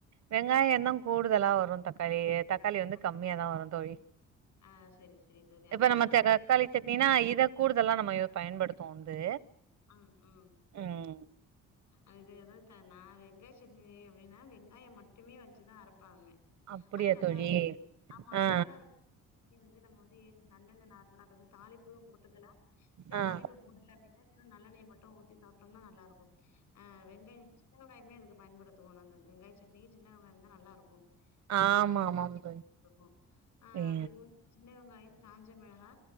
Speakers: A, on the right (about 65°); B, on the left (about 80°).
A: வெங்காயம் தா கூடுதலா வரும் தக்காளி தக் க்காளி வந்து
B: ஆ.
A: கம்மியாதா வரும் தோழி
B: ஆ சரி சரி தோழி
A: இப்ப
B: அதாவது
A: நம்ம
B: இங்க
A: க்காளி சட்னீனா இத கூடுதல நம்ம இத பயன்படுத்வோ ந்து
B: ம் ம்
A: உம்
B: அது எதோ நா வெங்காய சட்னி அப்டினா வெங்காயம் மட்டுமே வச்சுதான் அரைப்பாங்க
A: அப்படியா
B: அது நல்லா
A: தோழி
B: இருக்கும் ஆமா அது
A: ஆ
B: நல்லா இருக்கும் சட்னி வந்து நம்ம வந்து நல்லெண்ண நார்மலாகாது தாலிப்பும் போட்டுக்கலாம் இல்ல
A: ஆ ஆ
B: தாளிப்பு போடுல அப்டின்னா வெரும் நல்லெண்ணை மட்டும் ஊத்தி சாப்ட்டோம்னா நல்லாருக்கும் ஆ வெங்காயம் சின்ன வெங்காயமே அதுக்கு பயன்படுத்துவோ நாங்க வெங்காயம் சட்னிக்கு சின்ன வெங்காயம் தா நல்லா இருக்கும்
A: ஆமா
B: அதோட
A: ஆமாம் தோழி
B: <unintelligible> ஆ
A: ஏ
B: அப்டிங் போது சின்ன வெங்காயம் காஞ்ச மிளகா